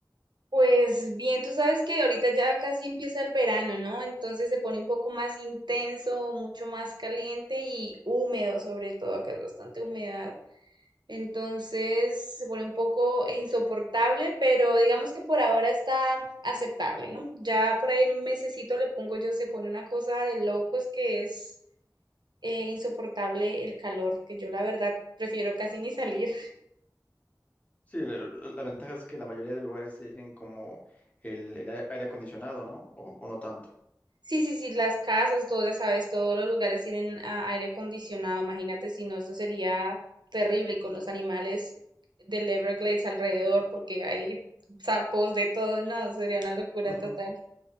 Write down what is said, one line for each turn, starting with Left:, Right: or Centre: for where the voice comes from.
Right: Pues bien, tú sabes que ahorita ya casi empieza el verano, ¿no? Entonces se pone un poco más intenso, mucho más caliente y húmedo, sobre todo, acá es bastante humedad. Entonces se pone un poco insoportable, pero digamos que por ahora está aceptable, ¿no? Ya por ahí en un mesecito le pongo yo, se pone una cosa de locos que es eh, insoportable el calor, que yo la verdad prefiero casi ni salir.
Left: Sí, la, la ventaja es que la mayoría de lugares tienen como el, el aire acondicionado, ¿no? O, o no tanto.
Right: Sí, sí, sí, las casas, todo, ya sabes, todos los lugares tienen ah, aire acondicionado. Imagínate si no, esto sería terrible y con los animales del Everglades alrededor, porque hay sapos de todo, no, sería una locura
Left: Ujú,
Right: total.